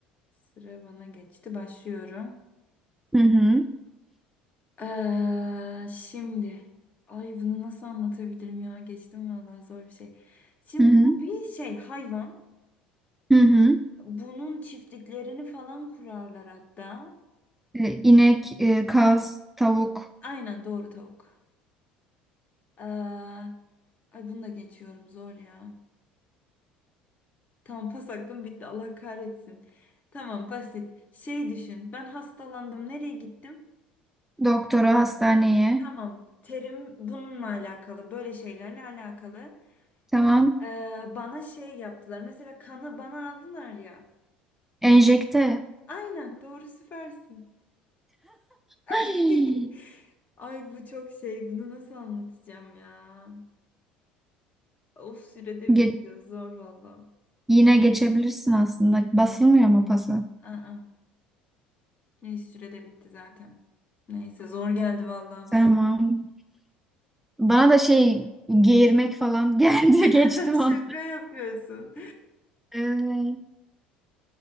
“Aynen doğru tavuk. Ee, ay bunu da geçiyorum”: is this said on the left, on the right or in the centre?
Left